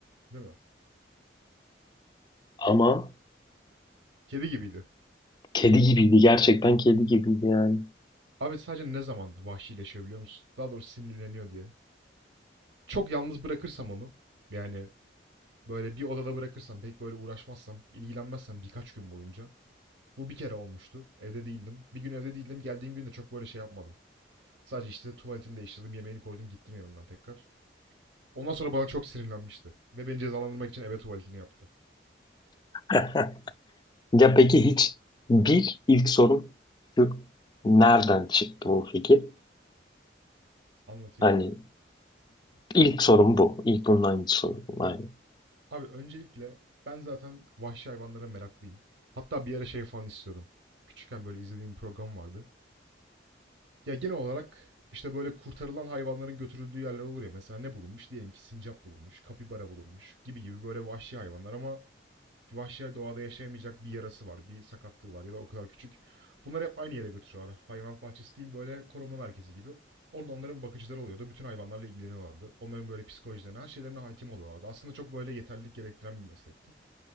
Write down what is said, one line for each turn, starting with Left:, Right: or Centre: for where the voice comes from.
Right: Değil mi?
Left: Ama
Right: Kedi gibiydi.
Left: kedi gibiydi. Gerçekten kedi gibiydi yani.
Right: Abi sadece ne zaman vahşileşiyor biliyor musun? Daha doğrusu sinirleniyor diye. Çok yalnız bırakırsam onu, yani böyle bir odada bırakırsam, pek böyle uğraşmazsam, ilgilenmezsem birkaç gün boyunca. Bu bir kere olmuştu. Evde değildim. Bir gün evde değildim. Geldiğim gün de çok böyle şey yapmadım. Sadece işte tuvaletini değiştirdim, yemeğini koydum, gittim yanından tekrar. Ondan sonra bana çok sinirlenmişti. Ve beni cezalandırmak için eve tuvaletini yaptı.
Left: <laughs> Ya peki hiç bir ilk soru şu. Nereden çıktı bu fikir?
Right: Anlatayım
Left: Hani
Right: abi.
Left: İlk sorum bu. İlk bunun aynı Aynen.
Right: Abi öncelikle ben zaten vahşi hayvanlara meraklıyım. Hatta bir ara şey falan istiyordum. Küçükken böyle izlediğim bir program vardı. Ya genel olarak işte böyle kurtarılan hayvanların götürüldüğü yerler olur ya. Mesela ne bulunmuş? Diyelim ki sincap bulunmuş, kapibara bulunmuş gibi gibi böyle vahşi hayvanlar ama vahşi doğada yaşayamayacak bir yarası var, bir sakatlığı var ya da o kadar küçük. Bunları hep aynı yere götürüyorlar. Hayvanat bahçesi değil böyle koruma merkezi gibi. Orada onların bakıcıları oluyordu. Bütün hayvanlarla ilgileniyorlardı. Onların böyle psikolojilerine, her şeylerine hakim oluyorlardı. Aslında çok böyle yeterlilik gerektiren bir meslekti.